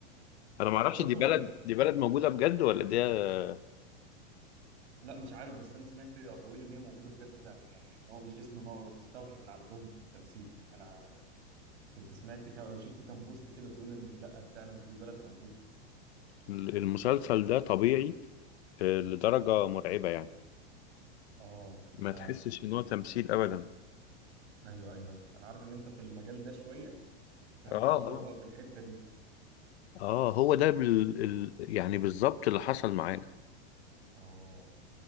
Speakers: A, on the left (about 75°); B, on the right (about 80°).
A: انا ما اعرفش
B: هو
A: دي بلد
B: ده
A: دي بلد موجودة بجد ولا ده
B: لا مش عارف بس انا سمعت اقاويل ان هي موجوده بجد فعلا يعني ان هو مش اسم ما هو مستوحي من عندهم تمثيل انا كنت سمعت كم شفت كام بوست كده بيقول ان لا فعلا دي بلد موجوده
A: المسلسل ده طبيعي آه، لدرجة مرعبة يعني
B: اه
A: ما
B: انت
A: تحسش ان هو تمثيل ابدا
B: ايوه ايوه ايوه انا عارف ان انت في المجال ده شويه فانت
A: اه
B: ادرى
A: اه
B: بقى بالحته دي
A: اه هو ده بال... ال... يعني بالظبط اللي حصل معانا
B: اه